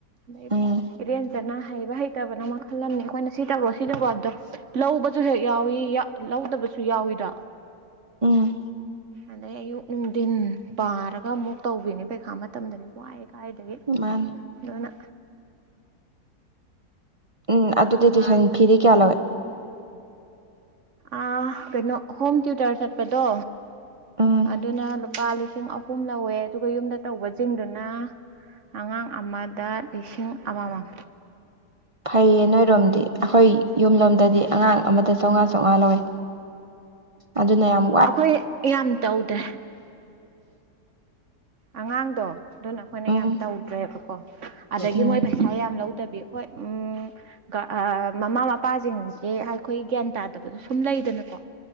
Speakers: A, on the right (about 55°); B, on the right (about 30°).
A: ꯂꯥꯟ
B: ꯎꯝ
A: ꯏꯔꯦꯟꯖꯅ ꯍꯩꯕ ꯍꯩꯇꯥꯕ ꯅ ꯃꯈꯟ ꯈꯜꯂꯝꯅꯤ ꯑꯈꯣꯏꯅ ꯁꯤ ꯇꯧꯔꯣ ꯁꯤ ꯇꯧꯔꯣ ꯍꯥꯏꯕꯗꯣ ꯂꯧꯕꯖꯨ ꯍꯦꯛ ꯌꯥꯎꯏ ꯂꯧꯗꯕꯁꯨ ꯌꯥꯎꯏꯤꯗꯣ
B: ꯎꯝ
A: ꯑꯗꯩ ꯑꯌꯨꯛ ꯅꯨꯡꯗꯤꯟ ꯄꯥꯔꯒ ꯑꯃꯨꯛ ꯇꯧꯕꯤꯅꯤ ꯄꯩꯈꯥ ꯃꯇꯝꯗꯗꯤ ꯋꯥꯏ ꯀꯥꯏꯗꯒꯤ
B: ꯃꯥꯟ
A: ꯅꯨꯅ
B: ꯎꯝ ꯑꯗꯨꯗꯤ
A: ꯅꯨꯡꯉꯥꯏ
B: ꯇꯨꯏꯁꯟ ꯐꯤꯗꯤ ꯀꯌꯥ ꯂꯧꯏ
A: ꯑ ꯀꯩꯅꯣ ꯍꯣꯝ ꯇ꯭ꯌꯨꯇꯔ ꯆꯠꯄꯗꯣ
B: ꯎꯝ
A: ꯑꯗꯨꯅ ꯂꯨꯞ ꯄꯥ ꯂꯤꯁꯤꯡ ꯑꯍꯨꯝ ꯂꯧꯋꯦ ꯑꯗꯨꯒ ꯌꯨꯝꯗ ꯇꯧꯕꯖꯤꯡꯗꯨꯅ ꯑꯉꯥꯡ ꯑꯃꯗ ꯂꯤꯁꯤꯡ ꯑꯃꯃꯝ
B: ꯐꯩꯌꯦ ꯅꯣꯏꯔꯣꯝꯗꯤ ꯑꯈꯣꯏ ꯌꯨꯝꯂꯣꯝꯗꯗꯤ ꯑꯉꯥꯡ ꯑꯃꯗ ꯆꯝꯉꯥ ꯆꯝꯉꯥ ꯂꯧꯌꯦ ꯑꯗꯨꯅ ꯌꯝ
A: ꯑꯈꯣꯏ ꯌꯥꯝ ꯇꯧꯗꯦ ꯑꯉꯥꯡꯗꯣ ꯑꯗꯨꯅ ꯑꯈꯣꯏꯅ
B: ꯎꯝ
A: ꯌꯥꯝ ꯇꯧꯗ꯭ꯔꯦꯕꯀꯣ ꯑꯗꯒꯤ
B: ꯎꯝ
A: ꯃꯣꯏꯄꯩ ꯄꯩꯁꯥ ꯌꯥꯝ ꯂꯧꯗꯕꯤ ꯍꯣꯏ ꯎꯝ ꯒ ꯑ ꯃꯃꯥ ꯃꯄꯥꯖꯤꯡꯒꯤ ꯍꯥꯈꯣꯏ ꯒ꯭ꯌꯥꯟ ꯇꯥꯗꯕꯗꯨ ꯁꯨꯝ ꯂꯩꯗꯅꯀꯣ